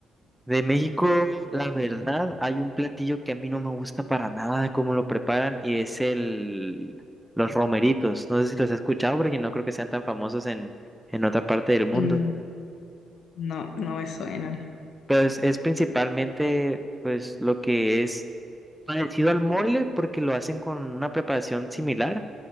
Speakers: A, in the centre; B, on the left.
A: de México, la verdad, hay un platillo que a mí no me gusta para nada cómo lo preparan y es el los romeritos. No sé si los has escuchado porque no creo que sean tan famosos en, en otra parte del mundo.
B: mm, no, no me suenan?
A: Pues es principalmente pues lo que es parecido al mole porque lo hacen con una preparación similar,